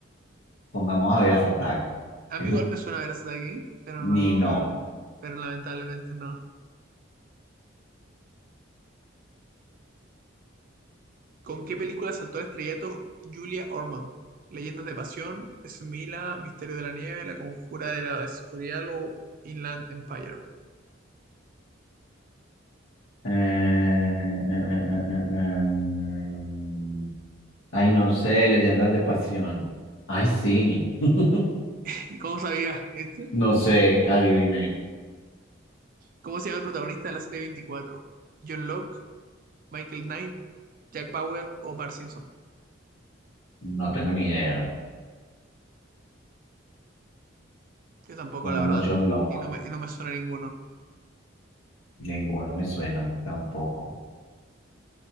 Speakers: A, on the left (about 85°); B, on the right (about 45°).
A: Pongamos a ver a Satagi.
B: A
A: Que
B: mí igual me suena Berazategui, pero no,
A: ni no.
B: pero no. Pero lamentablemente no. ¿Con qué película saltó al estrellato Julia Ormond? ¿Leyendas de Pasión, Smila, Misterio de la Nieve, La Conjura de la Escorial o Inland Empire?
A: Eh, eh, eh, eh, eh, eh. eh, eh, eh, eh, Ay, no sé, leyendas de pasión. Ay, sí. <laughs>
B: <laughs> ¿Y cómo sabía este?
A: No sé, adivine.
B: ¿Cómo se llama el protagonista de la serie 24? ¿John Locke, Michael Knight, Jack Bauer o Bart Simpson?
A: No tengo ni idea.
B: Yo tampoco,
A: Pongamos
B: la verdad.
A: John Locke.
B: Y no me, y no me suena ninguno.
A: Ninguno me suena tampoco.